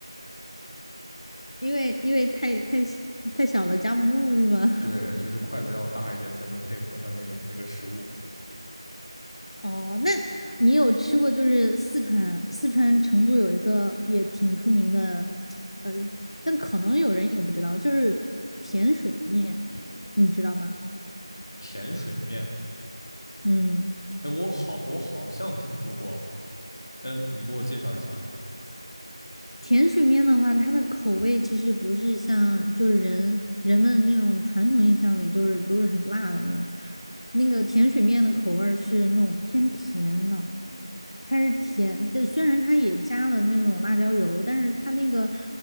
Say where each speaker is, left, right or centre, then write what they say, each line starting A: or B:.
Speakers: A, on the left (about 80°); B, on the left (about 45°).
A: 因为因为太太太小了夹不住是吗？
B: 对，就是筷子要大一点才能配合它那个那个食物。
A: 哦，那你有吃过就是四川，四川成都有一个也挺出名的，呃，但可能有人也不知道，就是甜水面，你知道吗？
B: 甜水面
A: 嗯，
B: 哎，我好，我好像听说过，嗯，你给我介绍一下啊。
A: 甜水面的话，它的口味其实不是像就是人人们那种传统印象里就是都是很辣的那种，那个甜水面的口味儿是那种偏甜的。它是甜的，虽然它也加了那种辣椒油，但是它那个